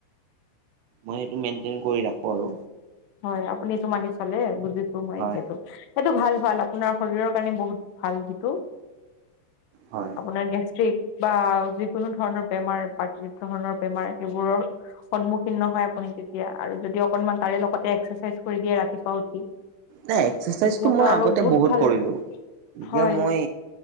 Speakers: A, on the right; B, on the left.
A: মই সেইটো মেইনটেইন কৰি ৰাখো আৰু।
B: হয় আপুনি এটো মানি চলে বুজিছো মই
A: হয়
B: সেইটো সেইটো ভাল ভাল আপোনাৰ শৰীৰৰ কাৰণে বহুত ভাল সেইটো
A: হয়
B: আপোনাৰ গেষ্ট্ৰিক বা যিকোনো ধৰণৰ বেমাৰ বা ধৰণৰ বেমাৰ সেইবোৰৰ সন্মুখীন নহয় আপুনি তেতিয়া আৰু যদি অকনমান তাৰে লগতে এক্সাৰচাইজ কৰি দিয়ে ৰাতিপুৱা উঠি
A: নাই এক্সাৰচাইজটো
B: তেতিয়াতো
A: মই
B: আৰু
A: আগতে বহুত
B: ভাল
A: কৰিলো এতিয়া
B: হয়
A: মই